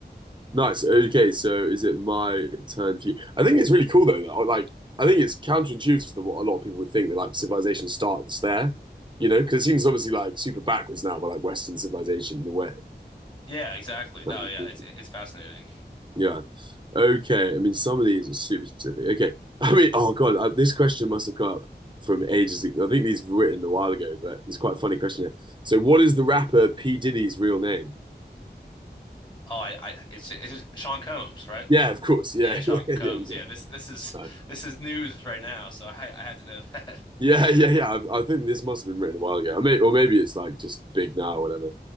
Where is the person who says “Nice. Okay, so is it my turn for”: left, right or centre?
Right